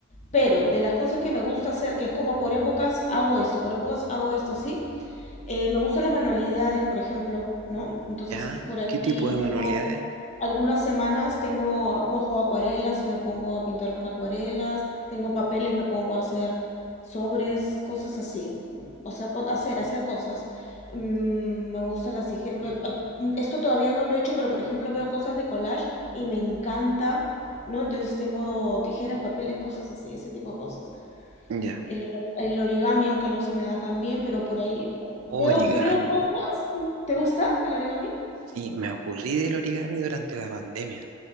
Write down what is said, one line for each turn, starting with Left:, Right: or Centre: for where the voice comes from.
Left: Pero de las cosas que me gusta hacer, que es como por épocas hago esto, por épocas hago esto, sí. Eh, me gustan las manualidades, por ejemplo, ¿no? Entonces,
Right: Ya,
Left: por ahí
Right: ¿qué tipo de manualidades?
Left: tengo algunas semanas, tengo, cojo acuarelas y me pongo a pintar con acuarelas, tengo papeles, me pongo a hacer sobres, cosas así. O sea, co- hacer, hacer cosas. Mm, me gusta las... tije- be- a- Esto todavía no lo he hecho, pero por ejemplo veo cosas de collage y me encanta, ¿no? Entonces tengo tijeras, papeles, cosas así, ese tipo de cosas.
Right: Ya,
Left: El, el origami, aunque no se me da tan bien, pero por ahí veo,
Right: Oh, origami.
Left: veo cosas. ¿Te gusta el origami?
Right: Sí, me aburrí del origami durante la pandemia.